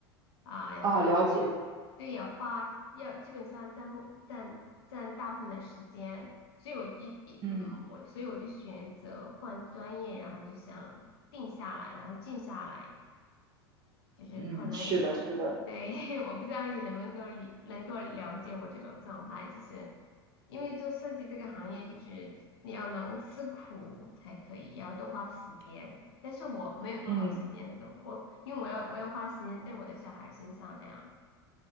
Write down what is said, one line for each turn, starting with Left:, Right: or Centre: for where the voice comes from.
Left: 啊，然后。
Right: 啊，了解，
Left: 对，养花要基本上占不占占大部分的时间，所以我一一嗯，
Right: 嗯
Left: 我所以我就选择换专业，然后就想定下来，然后静下来，就是可能有，
Right: 嗯，是的，是的，
Left: 对，<laughs> 我不知道你能不能够理能够了解我这种状态，就是因为做设计这个行业，就是你要能吃苦才可以，也要多花时间，但是我没有多少时间这种，
Right: 嗯。
Left: 我因为我要我要花时间在我的小孩身上这样。